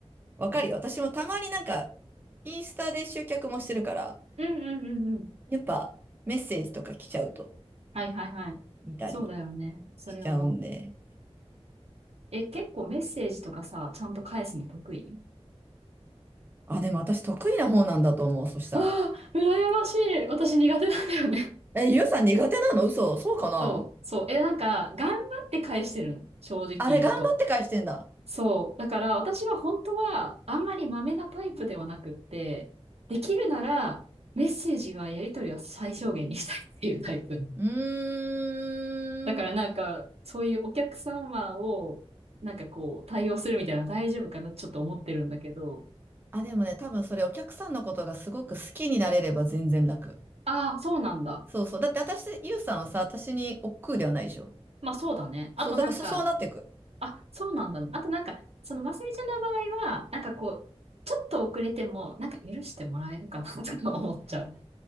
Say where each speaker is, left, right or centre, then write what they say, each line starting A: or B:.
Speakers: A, on the right; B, on the right.
A: わかるよ。
B: そ
A: 私もたまになんか、インスタで集客もしてるから、
B: う。うんうんうんうん。
A: やっぱ、メッセージとか来ちゃうと、
B: はいはいはい。
A: 見たり
B: そうだよね。それを。
A: しちゃうんで。
B: え、結構メッセージとかさ、ちゃんと返すの得意
A: あ、でも私得意な方なんだと思う、そしたら。
B: ああー、羨ましい。私苦手なんだよね。
A: え、ゆうさん苦手なの嘘そうかな
B: そう、そう。え、なんか、頑張って返してるの。正直言うと。
A: あれ、頑張って返してんだ。
B: そう。だから、私は本当は、あんまりマメなタイプではなくって、できるなら、メッセージはやり取りは最小限にしたいっていうタイプ。
A: うーん。
B: だからなんか、そういうお客様を、なんかこう、対応するみたいなの大丈夫かなってちょっと思ってるんだけど、
A: あ、でもね、多分それお客さんのことがすごく好きになれれば全然楽。
B: ああ、そうなんだ。
A: そうそう。だって私、ゆうさんはさ、私に億劫ではないでしょ。
B: まあそうだね。あとなんか、
A: そう、だからそ、そうなっていく。
B: あ、そうなんだね。あとなんか、その、ますみちゃんの場合は、なんかこう、ちょっと遅れても、なんか許してもらえるかなとか思っちゃう。